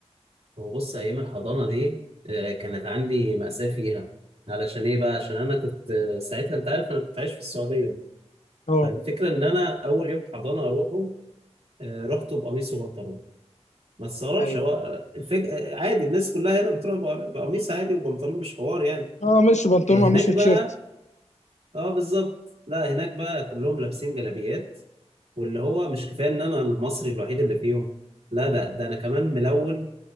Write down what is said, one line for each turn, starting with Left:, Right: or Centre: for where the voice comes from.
Right: هو بص ايام الحضانه دي آه، كانت عندي مأساة فيها علشان ايه بقى عشان انا كنت آه، ساعتها انت عارف انا كنت عايش في السعوديه
Left: اه
Right: فالفكره ان انا اول يوم حضانه اروحه آه، رحته بقميص وبنطلون ما تستغربش
Left: ايوه
Right: هو آه، الفك... آه، عادي الناس كلها هنا بتروح بق- بقميص عادي وبنطلون مش حوار يعني
Left: اه مش بنطلون
Right: آه، هناك
Left: وقميص وتيشيرت
Right: بقى اه بالظبط لا هناك بقى كلهم لابسين جلابيات واللي هو مش كفايه ان انا المصري الوحيد اللي فيهم لا ده ده انا كمان ملون